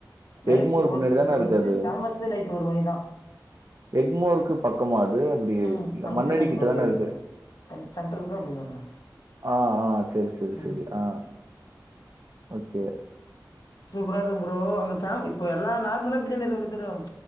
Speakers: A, on the left; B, on the right.
A: நைட்
B: எக்மோர்
A: ஓர்
B: பின்னாடி
A: அங்க
B: தான இருக்கு
A: வந்து
B: அது.
A: பேமஸே நைட்டு ஒரு மணிதா
B: எக்மோருக்கு பக்கமா அது எப்டி
A: ம் அந்த
B: மண்ணடி
A: சைடு தா
B: கிட்டதானே
A: ப்ரோ அப்டியே இப்டி
B: இருக்கு
A: போணு சென் சென்டரல்க்கா அப்டி வரணு
B: ஆ ஆ சரி சரி
A: ம்
B: சரி ஆ ஓக்கே
A: சூப்பரா இருக்கும் ப்ரோ அங்க பே இப்ப எல்லா நார்மலா பிரியாணி இருக்க மாறிதா இருக்கும்